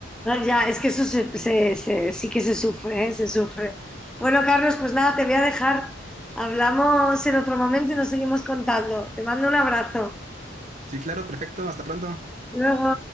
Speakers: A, in the centre; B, on the right.
A: Ah, Ya, es que eso se- se- se- sí que se sufre, ¿eh? Se sufre. Bueno, Carlos, pues nada, te voy a dejar. Hablamos en otro momento y nos seguimos contando. Te mando un abrazo.
B: Sí, claro, perfecto, hasta pronto.
A: Luego.